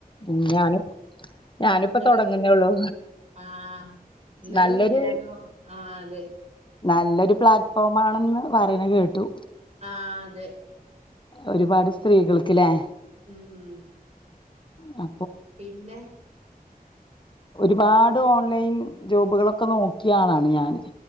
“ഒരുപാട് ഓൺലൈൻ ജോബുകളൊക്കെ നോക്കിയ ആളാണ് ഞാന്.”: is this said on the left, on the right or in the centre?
Left